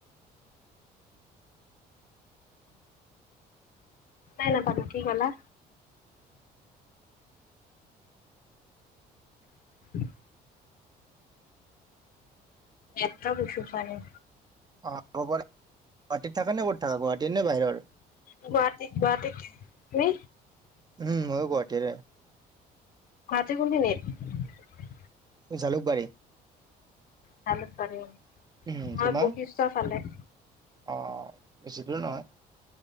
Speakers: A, on the left (about 55°); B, on the right (about 25°).
A: শুনাই নাপালো কি কলা? <inaudible> নেট্ৰক উচু চাগে।
B: পৰে- গুৱাহাটত থাকা নে ক'ত থাকা? গুৱাহাটীৰ নে বাহিৰৰ?
A: গুৱাহাটীত গুৱাহাটীত-। তুমি?
B: উম মইও গুৱাহাটীৰে।
A: গুৱাহাটীৰ কোন খিনিৰ?
B: জালুকবাৰী।
A: জালুনিবাৰী।
B: উম
A: মই
B: তোমাৰ
A: বশিষ্ঠ ফালে।
B: অ বেছি দূৰ নহয়।